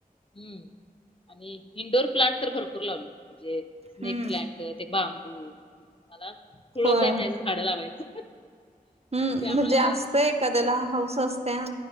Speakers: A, on the left (about 35°); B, on the right (about 45°).
A: हम्म आणि इंडोर प्लांट तर भरपूर लावले म्हणजे स्नेक
B: हम्म
A: प्लांट ते बांबू मला फुळच
B: होय
A: आहे म्हणायचं झाड लावायचं
B: हम्म
A: त्यामुळे
B: म्हणजे असतय एखाद्याला हाऊस असते